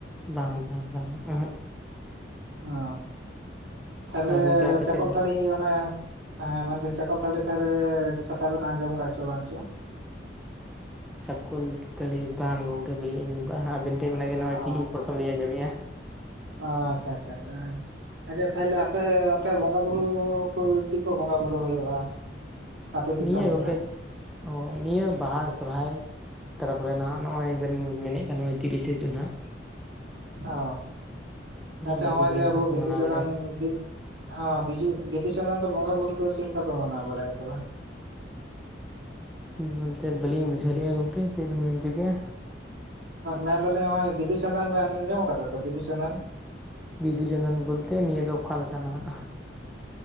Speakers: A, in the centre; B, on the right (about 75°).
A: ᱵᱟᱝ ᱵᱟᱝ ᱵᱟᱝ <unintelligible>
B: ᱚ ᱛᱟᱦᱚᱞᱮ
A: ᱟᱨ ᱜᱚᱝᱠᱮ ᱟᱯᱮ
B: ᱪᱟᱠᱚᱞᱛᱟᱹᱲᱤ
A: ᱥᱮᱫ ᱫᱚ
B: ᱚᱱᱟ ᱦᱮᱸ ᱢᱮᱱᱟᱱᱛᱮ ᱪᱟᱠᱚᱞᱛᱟᱹᱲᱤ ᱛᱷᱟᱹᱨᱮ ᱪᱷᱟᱛᱟ ᱵᱮᱱ ᱟᱸᱡᱚᱢ ᱟᱠᱟᱫ ᱪᱚ ᱵᱟᱝ ᱪᱚ?
A: ᱪᱷᱟᱠᱚᱞ ᱛᱟᱹᱲᱤ ᱵᱟᱝ ᱜᱚᱝᱠᱮ ᱵᱟᱞᱤᱧ ᱟᱸᱡᱚᱢ ᱟᱠᱟᱫᱼᱟ, ᱟᱵᱮᱱ ᱴᱷᱮᱱ ᱚᱱᱟᱜᱮ ᱱᱚᱣᱟ
B: ᱚ
A: ᱪᱤᱦᱤᱧ ᱯᱚᱨᱚᱛᱷᱚᱢ ᱞᱤᱧ ᱟᱸᱡᱚᱢᱮᱜᱼᱟ ᱾
B: ᱚ ᱟᱪᱪᱷᱟ ᱟᱪᱪᱷᱟ ᱟᱪᱪᱷᱟ ᱦᱮᱸ, ᱟᱪᱪᱷᱟ ᱛᱟᱦᱚᱞᱮ ᱟᱯᱮ ᱚᱱᱛᱮ ᱵᱚᱸᱜᱟ ᱵᱩᱨᱩ ᱠᱚ ᱪᱮᱫ ᱠᱚ ᱵᱚᱸᱜᱟ ᱵᱩᱨᱩ ᱦᱩᱭᱩᱜᱼᱟ, ᱟᱹᱛᱩ ᱫᱤᱥᱚᱢ
A: ᱱᱤᱭᱟᱹ
B: ᱠᱚᱨᱮ
A: ᱜᱚᱝᱠᱮ
B: ᱾
A: ᱚ ᱱᱤᱭᱟᱹ ᱵᱟᱦᱟ ᱥᱚᱨᱦᱟᱭ ᱛᱟᱨ ᱯᱚᱨᱮ ᱱᱟᱦᱟᱜ ᱱᱚᱜᱼᱚᱭ ᱵᱮᱱ ᱢᱮᱱᱮᱫ ᱠᱟᱱ, ᱱᱚᱜᱼᱚᱭ ᱛᱤᱨᱤᱥᱮ ᱡᱩᱱ ᱦᱟᱸᱜ
B: ᱚ,
A: ᱱᱤᱜ
B: ᱟᱪᱪᱷᱟ
A: ᱱᱤᱭᱟᱹ
B: ᱱᱚᱜᱼᱚᱭ
A: ᱠᱚᱜᱮ
B: ᱡᱮ ᱟᱵᱚ
A: ᱱᱟᱦᱟᱜ ᱠᱚ
B: ᱵᱤᱫᱩ
A: ᱢᱟᱱᱟᱣ
B: ᱪᱟᱸᱫᱟᱱ
A: ᱵᱟᱲᱟᱭᱟ
B: ᱵᱤᱫ ᱦᱮᱸ ᱵᱩᱫᱩ ᱵᱤᱫᱩ ᱪᱟᱸᱫᱟᱱ ᱫᱚ ᱵᱚᱸᱜᱟ ᱵᱩᱨᱩ ᱫᱚ ᱪᱮᱫ ᱞᱮᱠᱟ ᱯᱮ ᱢᱟᱱᱟᱣ ᱵᱟᱲᱟᱭᱟ ᱛᱚᱵᱮ?
A: ᱵᱚᱞᱛᱮ ᱵᱟᱹᱞᱤᱧ ᱵᱩᱡᱷᱟᱹᱣ ᱞᱮᱫᱼᱟ ᱜᱚᱢᱠᱮ ᱪᱮᱫ ᱵᱤᱱ ᱢᱮᱱ ᱚᱪᱚ ᱠᱮᱭᱟ?
B: ᱢᱮᱱ ᱮᱫᱟᱞᱤᱧ ᱱᱚᱜᱼᱚᱭ ᱵᱤᱫᱩ ᱪᱟᱸᱫᱟᱱ ᱵᱮᱱ ᱟᱸᱡᱚᱢ ᱟᱠᱟᱫᱟ ᱛᱚ ᱵᱤᱫᱩ ᱪᱟᱸᱫᱟᱱ?
A: ᱵᱤᱫᱩᱼᱪᱟᱸᱫᱟᱱ ᱵᱚᱞᱛᱮ ᱱᱤᱭᱟᱹ ᱫᱚ ᱚᱠᱟ ᱞᱮᱠᱟᱱᱟᱜ?